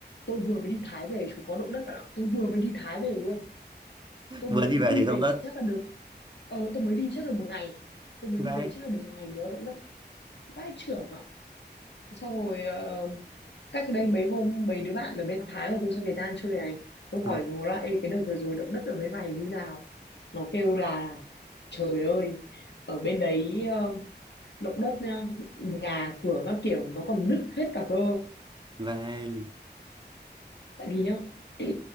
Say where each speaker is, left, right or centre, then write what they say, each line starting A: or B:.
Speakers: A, on the left; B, on the right.
A: tôi vừa mới đi Thái về chúng có động đất bạn ạ tôi vừa mới đi Thái về luôn tôi
B: vừa
A: mới
B: đi về
A: đi
B: thì động
A: về
B: đất
A: chắc là được ờ tôi mới đi chắc là một ngày tôi mới
B: vai
A: đi về chắc là được một ngày nhớ động đất vãi chưởng ạ xong rồi ờ, cách đây mấy hôm mấy đứa bạn ở bên Thái của tôi sang Việt Nam chơi này tôi
B: Ờ,
A: hỏi nó là Ê, cái đợt vừa rồi động đất ở bên này như nào nó kêu là trời ơi ở bên đấy ờ, động đất nhá, nhà cửa các kiểu nó còn nứt hết cả cơ
B: vai lì.
A: tại vì nhá <clears throat>